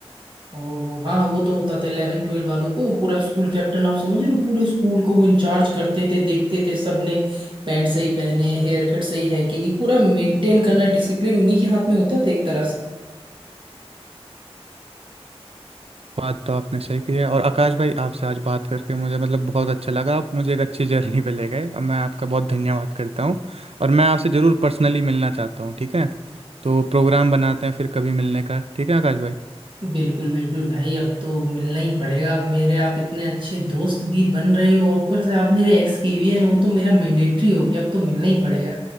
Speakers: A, on the right; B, on the right.
A: और हाँ हाँ, वो तो होता था इलेवन ट्वेल्व वालों को पूरा स्कूल कैप्टन आप समझ रहे हो पूरे स्कूल को वो इंचार्ज करते थे देखते थे सबने पैंट सही पहने हेयर कट सही है कि नहीं पूरा मेंटेन करना डिसिप्लिन उन्हीं के हाथ में होता था एक तरह से
B: बात तो आपने सही की है और आकाश भाई आपसे आज बात करके मुझे मतलब बहुत अच्छा लगा आप मुझे एक अच्छी जर्नी पे ले गए और मैं आपका बहुत धन्यवाद करता हूँ और मैं आपसे ज़रूर पर्सनली मिलना चाहता हूँ ठीक है तो प्रोग्राम बनाते हैं फिर कभी मिलने का ठीक है आकाश भाई
A: बिल्कुल बिल्कुल भाई अब तो मिलना ही पड़ेगा अब मेरे आप इतने अच्छे दोस्त भी बन रहे हो और ऊपर से आप मेरे एक्स केवी हैं वो तो मेरा मैंडेटरी हो गया अब तो मिलना ही पड़ेगा